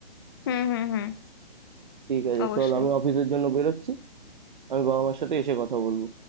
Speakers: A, on the left (about 25°); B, on the right (about 55°).
A: হুম হুম হুম
B: ঠিক আছে
A: অবশ্যই
B: চল আমি অফিসের জন্য বেরোচ্ছি আমি বাবা মার সাথে এসে কথা বলবো